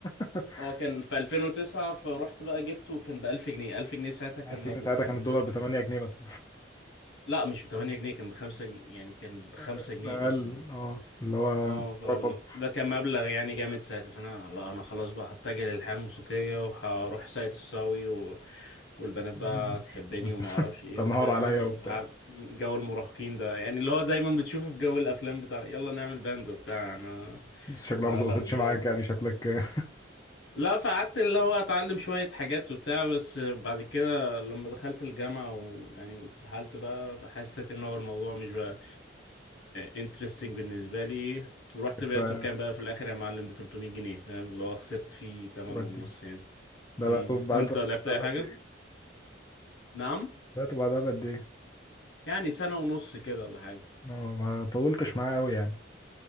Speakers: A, on the left; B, on the left.
A: <laughs>
B: اه كان في 2009 فرحت بقى جبته كان ب 1000 جنيه 1000 جنيه ساعتها كان
A: 1000
B: مبلغ
A: جنيه ساعتها
B: يعني
A: كان الدولار
B: في 1000
A: ب
B: جنيه
A: 8 جنيه بس
B: لا مش ب 8 جنيه كان ب 5 جنيه يعني كان ب 5
A: <laughs>
B: جنيه
A: اقل
B: اصلا
A: اه اللي هو
B: اه فال...
A: رقم
B: ده كان مبلغ يعني جامد ساعتها فانا لا انا خلاص بقى هتجه للحياة الموسيقية وهروح ساقية الصاوي و... والبنات بقى
A: <laughs>
B: تحبني وما اعرفش ايه
A: تنهار
B: وبتاع
A: عليا وبتاع
B: عار- جو المراهقين ده يعني اللي هو دايما بتشوفه في جو الافلام بتاع يلا نعمل باند وبتاع انا
A: بس شكلها
B: فلا
A: ما ظبطتش
B: ف
A: معاك يعني شكلك <laughs>
B: لا فقعدت اللي هو اتعلم شوية حاجات وبتاع بس بعد كده لما دخلت الجامعة ويعني واتسحلت بقى فحسيت ان هو الموضوع مش بقى انترستنج بالنسبة لي ورحت بعته
A: آه،
B: كان بقى في الاخر يا معلم ب 300 جنيه فاهم اللي هو خسرت فيه 8
A: ودي
B: ونص يعني
A: ده
B: مم.
A: بقى طب بعد
B: وانت
A: بعدها
B: لعبت اي حاجة؟
A: بقد ايه
B: نعم
A: بعته بعدها بقد ايه
B: يعني سنة ونص كده ولا حاجة
A: ما ما طولتش معاه قوي يعني